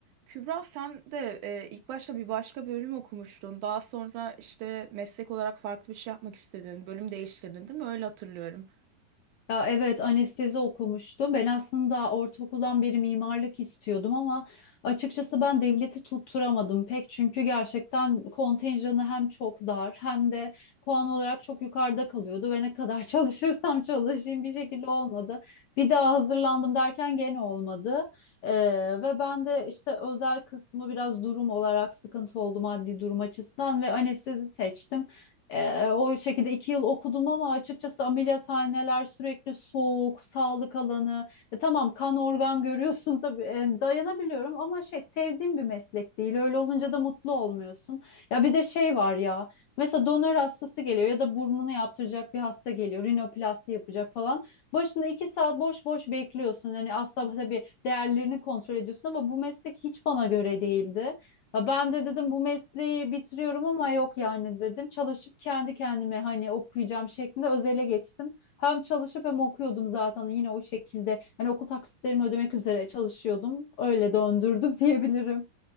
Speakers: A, on the right; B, on the left.
A: Kübra sen de e, ilk başta bir başka bölüm okumuştun. Daha sonra işte meslek olarak farklı bir şey yapmak istedin. Bölüm değiştirdin değil mi? Öyle hatırlıyorum.
B: Ya evet anestezi okumuştum. Ben aslında ortaokuldan beri mimarlık istiyordum ama açıkçası ben devleti tutturamadım pek. Çünkü gerçekten kontenjanı hem çok dar hem de puan olarak çok yukarıda kalıyordu ve ne kadar <laughs> çalışırsam çalışayım bir şekilde olmadı. Bir daha hazırlandım derken gene olmadı. Ee, ve ben de işte özel kısmı biraz durum olarak sıkıntı oldu maddi durum açısından ve anestezi seçtim. Ee, o şekilde iki yıl okudum ama açıkçası ameliyathaneler sürekli soğuk, sağlık alanı. E, tamam kan organ görüyorsun tabii e, dayanabiliyorum ama şey sevdiğim bir meslek değil. Öyle olunca da mutlu olmuyorsun. Ya bir de şey var ya mesela donör hastası geliyor ya da burnunu yaptıracak bir hasta geliyor. Rinoplasti yapacak falan. Başında iki saat boş boş bekliyorsun. Hani aslında tabii değerlerini kontrol ediyorsun ama bu meslek hiç bana göre değildi. Ha ben de dedim bu mesleği bitiriyorum ama yok yani dedim. Çalışıp kendi kendime hani okuyacağım şeklinde özele geçtim. Hem çalışıp hem okuyordum zaten yine o şekilde. Hani okul taksitlerimi ödemek üzere çalışıyordum. Öyle döndürdüm <laughs> diyebilirim.